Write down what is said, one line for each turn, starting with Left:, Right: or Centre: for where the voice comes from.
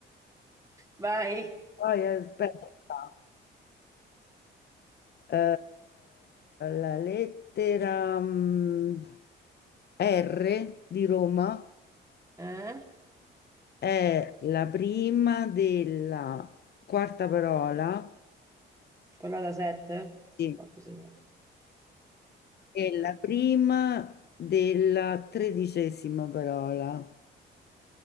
Right: <laughs> Vai.
Left: Poi aspetta. Eh, la lettera mm, R di Roma.
Right: Eh?
Left: è la prima della quarta parola
Right: Quella da 7?
Left: Sì.
Right: 4, 6, 7.
Left: e la prima della tredicesima parola.